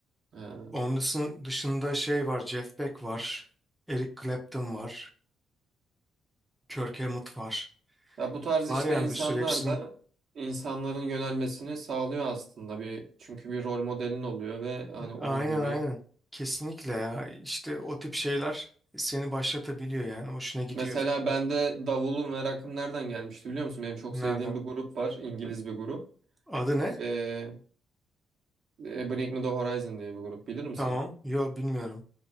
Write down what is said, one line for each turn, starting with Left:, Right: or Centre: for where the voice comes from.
Right: Ee,
Centre: Onun dışın- dışında şey var, Jeff Beck var, Eric Clapton var, Kirk Hammett var.
Right: ya bu tarz
Centre: Var
Right: işte
Centre: yani
Right: insanlar
Centre: bir sürü hepsinin.
Right: da insanların yönelmesini sağlıyor aslında bir çünkü bir rol modelin oluyor ve hani onun
Centre: Aynen
Right: gibi.
Centre: aynen. Kesinlikle ya. İşte o tip şeyler seni başlatabiliyor yani. Hoşuna gidiyor.
Right: Mesela bende davulu merakım nereden gelmişti biliyor musun? Benim çok
Centre: Nereden?
Right: sevdiğim bir grup var, İngiliz bir grup.
Centre: Adı ne?
Right: Ee, e, Bring Me The Horizon diye bir grup bilir misin?
Centre: Tamam. Yo bilmiyorum.